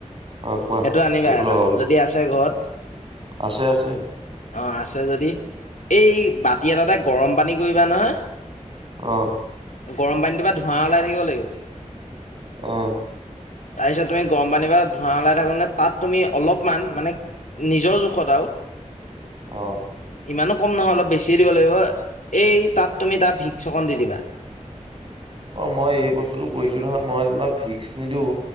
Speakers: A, on the right (about 40°); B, on the left (about 75°).
A: অ কোৱা
B: সেইটো আনিবা এটা
A: লগাব লাগে
B: যদি আছে ঘৰত
A: আছে আছে
B: অ', আছে যদি। এই বাতি এটাতে গৰম পানী কৰিবা নহয়।
A: অ',
B: গৰম পানীটো পৰাা ধোঁৱা ওলাই থাকিব লাগিব।
A: অ',
B: তাৰপিছত তুমি গৰম পানীৰ পৰা ধোঁৱা ওলাই থাকোঁতেই, তাত তুমি অলপমান মানে নিজৰ জোখত আৰু <inaudible>
A: অ',
B: ইমানো কম নহয় অলপ বেছি দিব লাগিব এই তাত তুমি তাত ভিক্স অকণ দি দিবা।
A: অ', মই এই বস্তুটো কৰিছোঁ নহয়, মই যেনিবা ভিক্স নিদিওঁ।